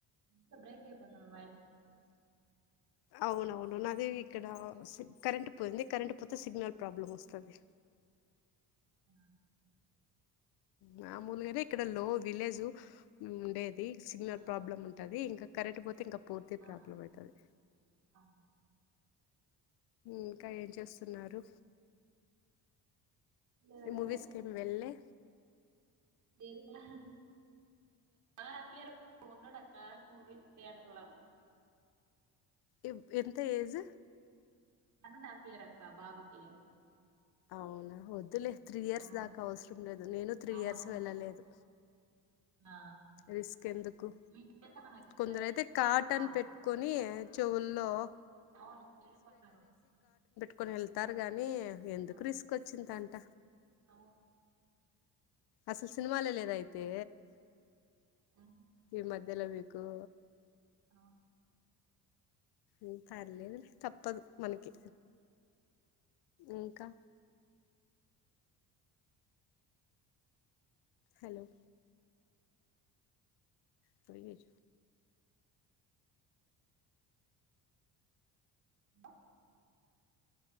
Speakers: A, on the right; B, on the left.
A: ఫి బ్రైట్ పేపోతన వై
B: అవునవును నాది ఇక్కడ సిగ్జ్ కరెంటు పోయింది కరెంటు పోతే సిగ్నల్ ప్రాబ్లం వస్తది.
A: ఆ
B: మామూలుగానే ఇక్కడ లో విలేజ్ ఉండేద్ ది సిగ్నల్
A: ఆ
B: ప్రాబ్లం ఉంటది ఇంకా కరెంటు పోతే ఇంకా ఫోన్ కి
A: ఆ
B: ప్రాబ్లం అయితది
A: ఆ
B: ఇంకా ఏం చేస్తున్నారు
A: లేదక్క
B: మూవీస్ కి ఏం వెల్లే
A: లేదుగా వాడు ఎక్కడ ఉండడక్క మూవీ థియేటర్లో
B: ఇప్ ఎంత age
A: one and half year అక్క బాబుకి
B: అవునా వద్దులే త్రీ ఇయర్స్
A: ఆ
B: దాకా అవసరం లేదు నేను త్రి
A: అవును
B: ఇయర్స్ వెళ్ళలేదు
A: ఆ
B: రిస్క్ ఎందుకు
A: మీకు ఎంత మంది అక్క
B: కొందరైతే
A: పిల్లలు
B: కాటన్
A: ఆ,
B: పెట్టుకొని చెవుల్లో లో
A: అవును వెళ్ళిపోతారు
B: కొన్ని వెళ్తారు గాని ఎందుకు
A: ఆ
B: రిస్క్ వచ్చిందంట
A: అవును
B: అసలు సినిమాలో లేదా అయితే
A: ఉహు
B: ఈ మధ్యలో మీ గు
A: అవును
B: మ్ పర్లేదు లే తపప్పదు మనకి ఇంకా హాలో డ్రైనేజ
A: <inaudible>